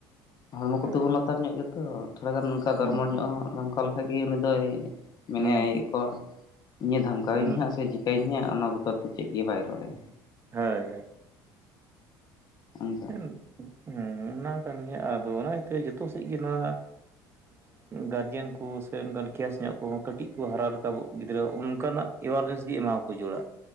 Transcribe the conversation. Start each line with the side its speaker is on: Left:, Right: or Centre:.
Left: ᱦᱚᱲᱢᱚ ᱠᱚᱛᱮ
Right: ᱦᱳᱭ
Left: ᱵᱚᱱ ᱞᱟᱛᱟᱨ ᱧᱚᱜ ᱜᱮᱭᱟᱛᱚ ᱛᱷᱚᱲᱟ ᱜᱟᱱ ᱱᱚᱝᱠᱟ
Right: ᱦᱩᱸ
Left: ᱫᱷᱚᱨᱢᱚᱲ ᱧᱚᱜ
Right: ᱦᱩᱸ
Left: ᱦᱚᱸ ᱱᱚᱝᱠᱟ ᱵᱷᱟᱜᱮ ᱩᱱ ᱫᱚᱭ ᱢᱮᱱᱮ
Right: ᱦᱩᱸ
Left: ᱠᱚ ᱤᱧᱮ ᱫᱷᱟᱢᱠᱟᱣᱤᱧᱟᱹ
Right: ᱦᱩᱸ
Left: ᱥᱮ ᱪᱮᱠᱟᱹ ᱮᱧᱟ ᱚᱱᱟ ᱵᱚᱛᱚᱨ ᱪᱮᱫ ᱜᱮ ᱵᱟᱭ ᱨᱚᱲ ᱮ
Right: ᱦᱳᱭ ᱦᱳᱭ
Left: ᱚᱱᱠᱟ
Right: ᱦᱮᱸ ᱦᱮᱸ ᱚᱱᱟ ᱠᱟᱱ ᱜᱮᱭᱟ ᱟᱫᱚ ᱚᱱᱟ ᱤᱭᱟᱹᱛᱮ ᱡᱚᱛᱚ ᱥᱮᱫ ᱜᱮ ᱱᱚᱣᱟ ᱜᱟᱨᱡᱮᱱ ᱠᱚ ᱥᱮ ᱚᱱᱠᱟᱱ ᱠᱷᱮᱥ ᱧᱚᱜ ᱠᱚᱦᱚᱸ ᱠᱟᱹᱴᱤᱡ ᱠᱚ ᱦᱟᱨᱟ ᱨᱟᱠᱟᱵᱚᱜ ᱜᱤᱫᱽᱨᱟᱹ ᱚᱱᱠᱟᱱᱟᱜ ᱮᱣᱟᱨᱱᱮᱥ ᱜᱮ ᱮᱢᱟᱣᱟᱠᱚ ᱦᱩᱭᱩᱜ-ᱟ